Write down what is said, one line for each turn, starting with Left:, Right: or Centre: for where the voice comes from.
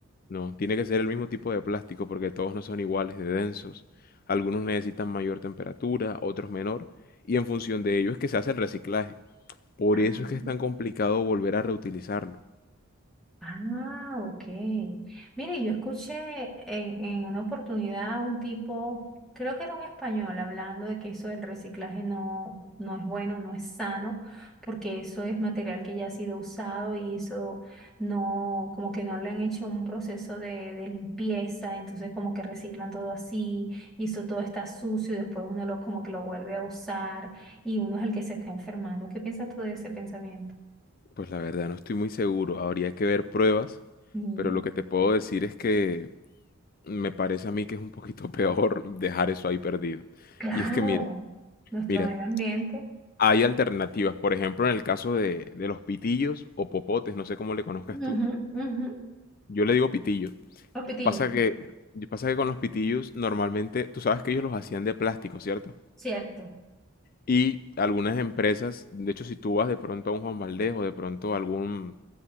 Left: No, tiene que ser el mismo tipo de plástico porque todos no son iguales de densos. Algunos necesitan mayor temperatura, otros menor, y en función de ello es que se hace el reciclaje. Por
Centre: Ah.
Left: eso es que es tan complicado volver a reutilizarlo.
Centre: Ah, ok. Mire, yo escuché en, en una oportunidad a un tipo, creo que era un español, hablando de que eso del reciclaje no, no es bueno, no es sano, porque eso es material que ya ha sido usado y eso no, como que no le han hecho un proceso de, de limpieza, entonces como que reciclan todo así y eso todo está sucio y después uno lo, como que lo vuelve a usar y uno es el que se está enfermando. ¿Qué piensas tú de ese pensamiento,
Left: Pues la verdad no estoy muy seguro, habría que ver pruebas,
Centre: Ni
Left: pero
Centre: yo.
Left: lo que te puedo decir es que me parece a mí que es un poquito <laughs> peor dejar eso ahí perdido.
Centre: Claro,
Left: Y es que mira,
Centre: nuestro
Left: mira,
Centre: medio ambiente.
Left: hay alternativas, por ejemplo, en el caso de, de los pitillos o popotes, no sé cómo le conozcas tú.
Centre: Ujú, ujú.
Left: Yo le digo pitillo.
Centre: Los pitillos,
Left: Pasa que, pasa que con los pitillos normalmente, tú sabes que ellos los hacían de plástico, ¿cierto?
Centre: cierto.
Left: Y algunas empresas, de hecho si tú vas de pronto a un Juan Valdez o de pronto a algún